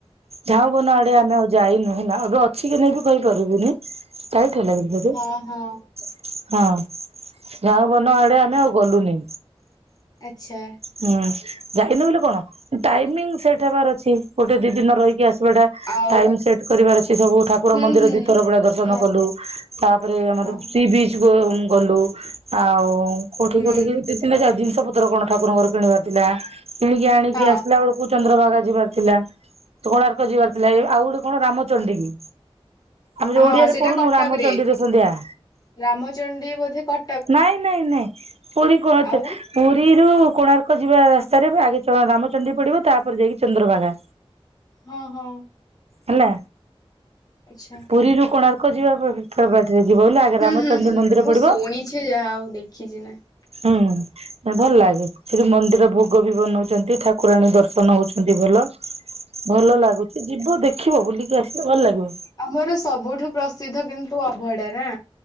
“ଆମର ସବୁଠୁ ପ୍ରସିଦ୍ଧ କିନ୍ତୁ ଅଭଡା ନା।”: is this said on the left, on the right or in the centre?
Left